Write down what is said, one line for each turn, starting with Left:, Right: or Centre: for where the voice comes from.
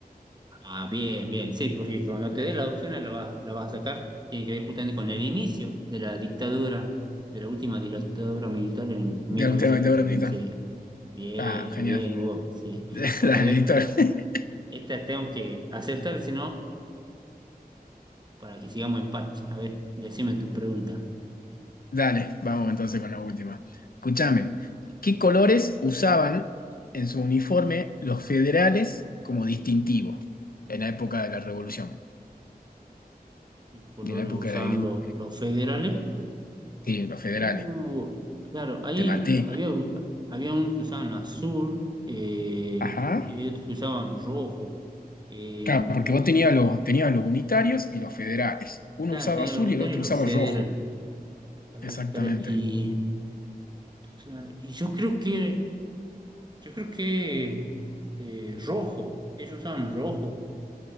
Right: Ah, bien, bien, sí, porque cuando te
Left: Eh,
Right: dé la opción la vas la vas a sacar. Tiene que ver justamente con el inicio de la dictadura, de la última dictadura militar en mil
Left: De la
Right: novecientos
Left: última dictadura
Right: setenta
Left: militar.
Right: y seis. Bien,
Left: Ah, genial.
Right: bien, Hugo,
Left: <laughs>
Right: sí.
Left: Dale,
Right: Bueno, a ver,
Left: Víctor. <laughs>
Right: esta tengo que acertar, si no, para que sigamos empate. A ver, decime tu pregunta.
Left: Dale, vamos entonces con la última. Escúchame, ¿qué colores usaban en su uniforme los federales como distintivo en la época de la Revolución?
Right: ¿Qué colores
Left: Y en la época
Right: usaban
Left: de la... independencia?
Right: los, los federales
Left: Sí, los federales.
Right: Uh, claro, ahí
Left: Te maté.
Right: había, un- había unos que usaban azul eh,
Left: Ajá.
Right: y había otros que usaban rojo. Eh,
Left: Claro, porque vos tenías los, tenías los unitarios y los federales. Uno
Right: claro,
Left: usaba
Right: tenían
Left: azul
Right: los unitarios
Left: y el otro
Right: y los
Left: usaba
Right: federales.
Left: rojo.
Right: A ver,
Left: Exactamente.
Right: para- y, claro, y yo creo que, yo creo que eh, rojo, ellos usaban rojo,